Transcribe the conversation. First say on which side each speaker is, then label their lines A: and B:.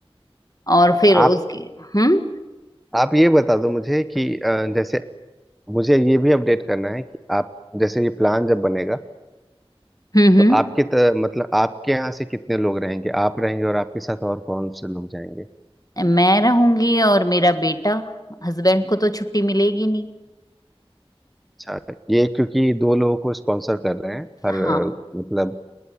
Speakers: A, on the left; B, in the centre.
A: और फिर
B: आप
A: उसके हम्म
B: आप ये बता दो मुझे कि अ, जैसे मुझे ये भी अपडेट करना है कि आप जैसे ये प्लान जब बनेगा
A: हम्म
B: तो
A: हम्म
B: आपके त, मतलब आपके यहाँ से कितने लोग रहेंगे आप रहेंगे और आपके साथ और कौन से लोग जाएंगे
A: मैं रहूंगी और मेरा बेटा हस्बैंड को तो छुट्टी मिलेगी नहीं
B: अच्छा ये क्योंकि दो लोगों को स्पॉन्सर कर रहे हैं हर
A: हाँ
B: अ, मतलब